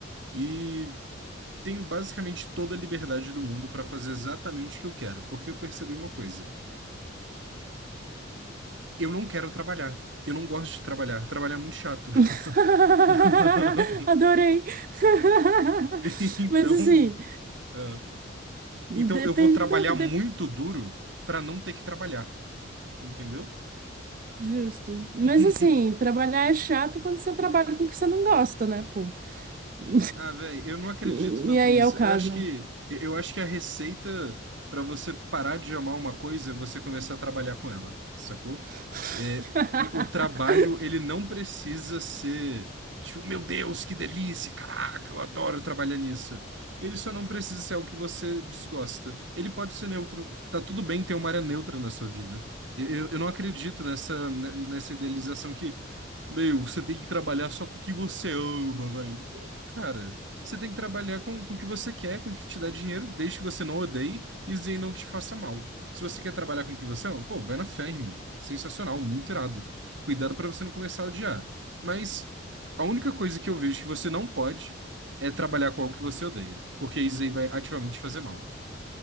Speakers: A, on the right; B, on the right.
A: e tenho basicamente toda a liberdade do mundo para fazer exatamente o que eu quero, porque eu percebi uma coisa. Eu não quero trabalhar. Eu não gosto de trabalhar. Trabalhar é muito chato.
B: <laughs>
A: <laughs>
B: Adorei. <laughs>
A: Então,
B: Mas assim,
A: ah,
B: depende
A: então eu vou trabalhar
B: da. de-
A: muito duro para não ter que trabalhar. entendeu?
B: Justo. Mas
A: <laughs>
B: assim, trabalhar é chato quando você trabalha com o que você não gosta, né, pô? <laughs>
A: Ah, velho, eu não acredito
B: E,
A: tanto
B: e aí
A: nisso.
B: é o caso.
A: Eu acho que eu acho que a receita para você parar de amar uma coisa é você começar a trabalhar com ela, sacou?
B: <laughs>
A: É, o, o trabalho, ele não precisa ser, tipo, meu Deus, que delícia, caraca, eu adoro trabalhar nisso. Ele só não precisa ser algo que você desgosta. Ele pode ser neutro. Tá tudo bem ter uma área neutra na sua vida. Eu, eu eu não acredito nessa, nessa idealização que, meu, você tem que trabalhar só com o que você ama, velho. Cara, você tem que trabalhar com, com o que você quer, com o que te dá dinheiro, desde que você não odeie e isso aí não te faça mal. Se você quer trabalhar com o que você ama, pô, vai na fé, irmão. Sensacional, muito irado. Cuidado pra você não começar a odiar. Mas a única coisa que eu vejo que você não pode é trabalhar com algo que você odeia, porque isso aí vai ativamente te fazer mal.